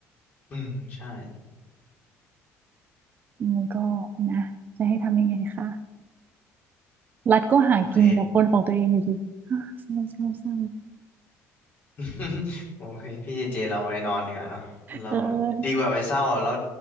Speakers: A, on the left; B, on the right.
A: อืมใช่
B: มันก็นะจะให้ทำยังไงคะรัฐก็หากินกับคนของตัวเองอยู่ดี
A: โอเค
B: <gasps> อ้าเศร้าเศร้าเศร้า
A: <laughs> โอเคพี่เจเจเราไปนอนดีกว่าเนาะเรา
B: เออ
A: ดีกว่าไปเศร้าอะเรา